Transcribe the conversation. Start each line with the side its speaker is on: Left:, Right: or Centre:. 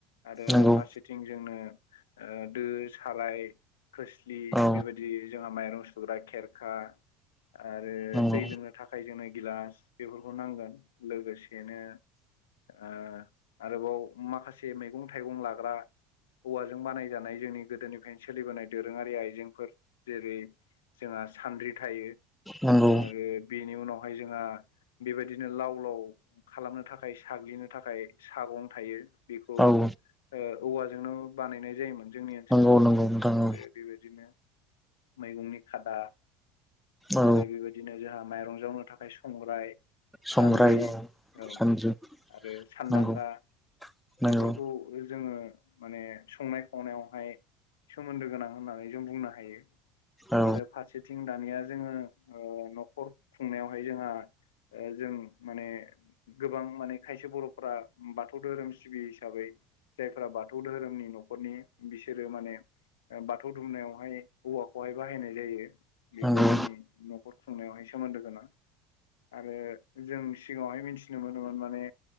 Left: आरो
Centre: नंगौ
Left: फारसे सेथिं जोंनो ओ दो साराय खोस्लि
Centre: औ
Left: बेबायदि जोंहा माइरं सुग्रा खेरखा आरो
Centre: नंगौ
Left: दै लोंनो थाखाय जोंनो गिलास बेफोरखौ नांगोन। लोगोसेनो ओ आरोबाव माखासे मैगं थाइगं लाग्रा औवाजों बानायजानाय जोंनि गोदोनिफायनो सोलिबोनाय दोरोङारि आइजेंफोर जेरै जोंहा सान्द्रि थायो
Centre: नंगौ
Left: ओ बेनि उनावहाय जोंहा बेबायदिनो लाव लाव खालामनो थाखाय साग्लिनो थाखाय सागं थायो बेखौ
Centre: औ
Left: ओ औवाजोंनो बानायनाय जायोमोन। जोंनि ओनसोलाव
Centre: नंगौ नंगौ नोंथां
Left: आरो
Centre: औ
Left: बेबायदिनो मैगंनि खादा
Centre: औ
Left: आरो बेबायदिनो जोंहा माइरं जावनो थाखाय संग्राय
Centre: संग्राय
Left: सान्द्रि
Centre: औ
Left: औ
Centre: सानद्रि
Left: आरो सानदांगा
Centre: नंगौ नंगौ
Left: बेफोरखौ खौ जोङो माने संनाय खावनायावहाय सोमोन्दो गोनां होननानै जों बुंनो हायो
Centre: औ
Left: आरो फारस सेथिं दानिया जोङो ओ न'खर खुंनायावहाय जोंहा ओ जों माने गोबां माने खायसे बर' फोरा बाथौ धोरोम सिबियो हिसाबै जायफोरा बाथौ दोहोरोमनि न'खरनि बिसोरो माने ओ बाथौ दुमनायावहाय औवाखौहाय बाहायनाय जायो बेबो
Centre: नंगौ
Left: जोंनि न'खर खुंनायावहाय सोमोन्दो गोनां। आरो जों सिगाङावहाय मिथिनो मोनोमोन माने